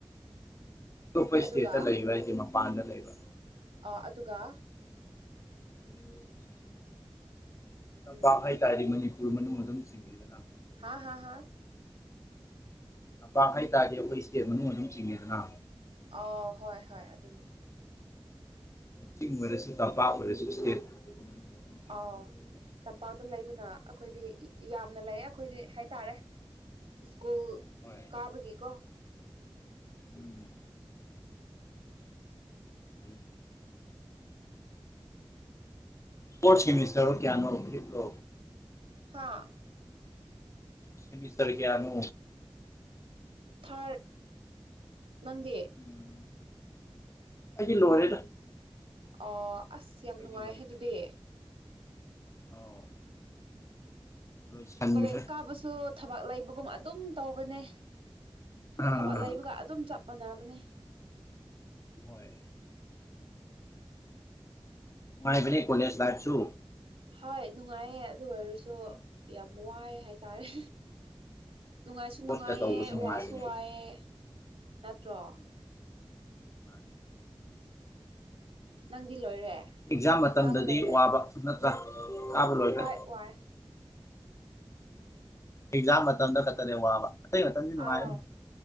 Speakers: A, on the left; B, on the right.
A: ꯑꯇꯣꯞꯄ
B: ꯑꯗꯨꯒ
A: ꯏꯁꯇꯦꯠꯇ ꯂꯩꯕ ꯍꯥꯏꯁꯦ ꯃꯄꯥꯟꯗ ꯂꯩꯕ
B: ꯑꯣ ꯑꯗꯨꯒ
A: <inaudible> ꯇꯝꯄꯥꯛ
B: ꯎꯝ
A: ꯍꯥꯏꯇꯥꯥꯔꯗꯤ ꯃꯅꯤꯄꯨꯔ ꯃꯅꯨꯡ ꯑꯗꯨꯝ ꯆꯤꯡꯉꯤꯗꯅ
B: ꯍꯥ ꯍꯥ ꯍꯥ
A: ꯇꯝꯄꯥꯛ ꯍꯥꯏꯇꯥꯔꯗꯤ ꯑꯩꯈꯣꯏ ꯏꯁꯇꯦꯠ ꯃꯅꯨꯡ ꯑꯗꯨꯝ ꯆꯤꯡꯉꯦꯗꯅ
B: ꯑꯣ ꯍꯣꯏ ꯍꯣꯏ ꯑꯗꯨꯅꯦ
A: ꯆꯤꯡ ꯑꯣꯏꯔꯁꯨ ꯇꯝꯄꯥꯛ ꯑꯣꯏꯔꯁꯨ ꯏꯁꯇꯦꯠ ꯍꯣꯏ <unintelligible>
B: ꯑꯥꯎ ꯇꯝꯄꯥꯛꯇ ꯂꯩꯕꯅ ꯑꯩꯈꯣꯏꯗꯤ ꯌꯥꯝꯅ ꯂꯩꯌꯦ ꯑꯩꯈꯣꯏꯗꯤ ꯍꯥꯏꯇꯥꯔꯦ ꯏꯁ꯭ꯀꯨꯜ
A: ꯍꯣꯏ
B: ꯀꯥꯕꯒꯤꯀꯣ
A: ꯎꯝ ꯐꯩ ꯐꯩ ꯐꯣꯔꯠ ꯁꯦꯃꯤꯁꯇꯔꯣ ꯀꯌꯥꯅꯣ ꯐꯤꯝꯂꯣ
B: ꯍꯥꯥ꯫
A: ꯁꯦꯃꯤꯁꯇꯔ ꯀꯌꯥꯅꯣ꯫
B: ꯊꯥꯔꯠ ꯅꯪꯗꯤ꯫
A: ꯎꯝ ꯑꯩꯗꯤ ꯂꯣꯏꯔꯦꯗ꯫
B: ꯑꯣ ꯑꯁ
A: ꯑꯩꯈꯣꯏꯗꯤ
B: ꯌꯥꯝ ꯅꯨꯡꯉꯥꯏꯍꯦ
A: ꯂꯣꯏꯈ꯭ꯔꯦ
B: ꯑꯗꯨꯗꯤ꯫
A: ꯑꯧ꯫ ꯂꯣꯏꯁꯟꯈ꯭ꯔꯦ
B: ꯀꯣꯂꯦꯖ ꯀꯥꯕꯁꯨ ꯊꯕꯛ ꯂꯩꯕꯒꯨꯝ ꯑꯗꯨꯝ ꯇꯧꯕꯅꯦ꯫
A: ꯑꯥ
B: ꯊꯕꯛ ꯂꯩꯕꯒ ꯑꯗꯨꯝ ꯆꯞ ꯃꯥꯟꯅꯕꯅꯦ꯫
A: ꯍꯣꯏ꯫ ꯅꯨꯡꯉꯥꯏꯕꯅꯤ ꯀꯣꯂꯦꯖ ꯂꯥꯏꯞꯁꯨ꯫
B: ꯍꯣꯏ ꯅꯨꯡꯉꯥꯏꯌꯦ ꯑꯗꯨ ꯑꯣꯏꯔꯁꯨ ꯌꯥꯝ ꯋꯥꯏ ꯍꯥꯏꯇꯥꯔꯦ꯫ ꯅꯨꯡꯉꯥꯏꯁꯨ
A: ꯕꯣꯠꯀ
B: ꯅꯨꯡꯉꯥꯏꯌꯦ
A: ꯇꯧꯕꯁꯦ ꯅꯨꯡꯉꯥꯏꯕꯅꯦ
B: ꯋꯥꯁꯨ ꯋꯥꯏꯑꯦ ꯅꯠꯇ꯭ꯔꯣ꯫
A: ꯎꯝ ꯃꯥꯅꯤ꯫
B: ꯅꯪꯗꯤ ꯂꯣꯏꯔꯦ꯫
A: ꯑꯦꯛꯖꯥꯝ ꯃꯇꯝꯗꯗꯤ
B: ꯀꯥꯕ ꯂꯣꯏꯔꯦ
A: ꯋꯥꯕ ꯅꯠꯇ꯭ꯔꯥ ꯀꯥꯕ ꯂꯣꯏꯈ꯭ꯔꯦ꯫
B: ꯍꯣꯏ ꯋꯥꯏ
A: ꯑꯦꯖꯥꯝ ꯃꯇꯝꯗ ꯈꯠꯇꯅꯦ ꯋꯥꯕ꯫ ꯑꯇꯩ ꯃꯇꯝꯗꯤ ꯅꯨꯡꯉꯥꯏꯔꯅꯤ
B: ꯑꯥꯎ